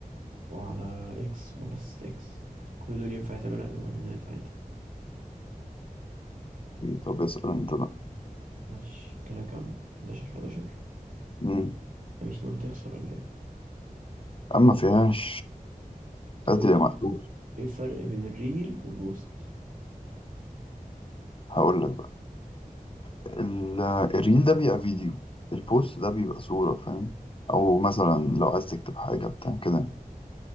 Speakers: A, on the right; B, on the left.
A: وعلى اكس منصة اكس كل دول ينفع تعمل عليهم اعلانات عادي
B: طب اسأل انت بقى
A: ماشي كده كام حداشر حداشر
B: مم.
A: مش ناوي تخسر ولا ايه
B: اما فيهاش
A: طب
B: قتل
A: ايه
B: يا مقتول
A: ايه الفرق بين الريل والبوست
B: هقول لك بقى ال- الريل ده بيبقى فيديو البوست ده بيبقى صورة فاهم او مثلا لو عايز تكتب حاجة بتاع كده